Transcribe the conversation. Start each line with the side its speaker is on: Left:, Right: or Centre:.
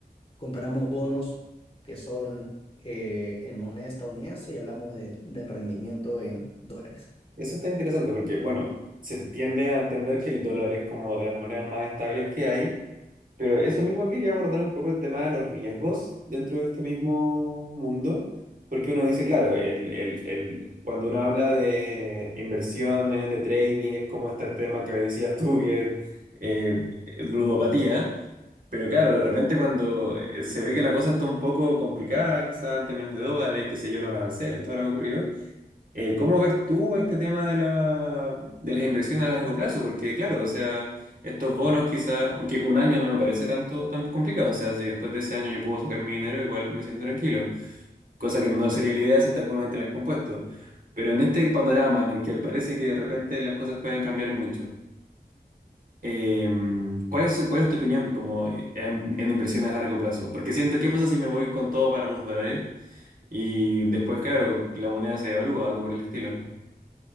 Left: Comparamos bonos que son eh, en moneda estadounidense y hablamos de, de rendimiento en dólares.
Right: Eso está interesante porque, bueno, se tiende a entender que el dólar es como de las monedas más estables que hay, Pero eso mismo quería abordar un poco el tema de los riesgos dentro de este mismo mundo, porque uno dice, claro, el, el, el, cuando uno habla de inversiones, de trading, es como este tema que decías tú, que eh, ludopatía, pero claro, de repente cuando eh, se ve que la cosa está un poco complicada, quizás en términos de dólares, qué sé yo, los aranceles, todo lo que ha ocurrido, eh, ¿cómo ves tú este tema de la, de las inversiones a largo plazo? Porque claro, o sea, estos bonos quizá, aunque un año no me parece tanto tan complicado, o sea, si después de ese año yo puedo sacar mi dinero, igual me siento tranquilo, cosa que no sería la idea si estás con un interés compuesto. Pero en este panorama en el que parece que de repente las cosas pueden cambiar mucho, eh, ¿cuál es, cuál es tu opinión como en, en inversiones a largo plazo? Porque siento, ¿qué pasa si me voy con todo para los dólares y después, claro, la moneda se devalúa, algo por el estilo?